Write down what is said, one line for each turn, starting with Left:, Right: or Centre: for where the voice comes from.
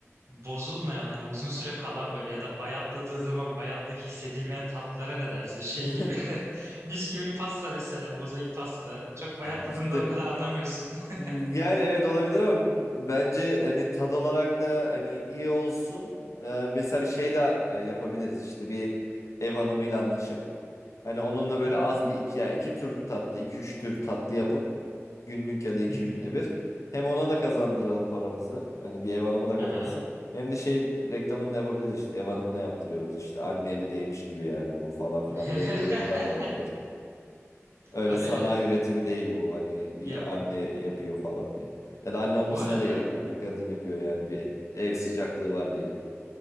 Right: bozulmayan hani uzun süre kalan böyle ya da bayatladığı zaman bayatlı hissedilmeyen tatlılara ne dersin? Şey
Left: <laughs>
Right: gibi <laughs> bisküvili pasta mesela mozaik pasta. Çok bayatladığında
Left: İşte
Right: o kadar anlamıyorsun. <laughs>
Left: yani evet olabilir ama bence hani tad olarak da hani iyi olsun. Ee, mesela bir şey de e, yapabiliriz işte bir ev hanımıyla anlaşıp. Hani onunla
Right: Hı hı.
Left: böyle az bir iki ya iki tür tatlı, iki üç tür tatlı yapıp günlük ya da iki
Right: Hı hı.
Left: günde bir. Hem ona da kazandıralım paramızı. Hani bir ev hanımı da kazansın.
Right: Aha.
Left: Hem de şey reklamını da yapabiliriz işte. Ev hanımına yaptırıyoruz işte. Anne eli değmiş gibi yani bu falan filan
Right: <laughs>
Left: diye öyle bir reklam da yapılır. Öyle
Right: Abi
Left: sanayi
Right: evet.
Left: üretimi değil bu. Hani bir
Right: Ya
Left: anne yapıyor falan diye. Ya da anne olmasına
Right: bu arada
Left: da gerek yok. Bir kadın yapıyor yani bir ev sıcaklığı var diye.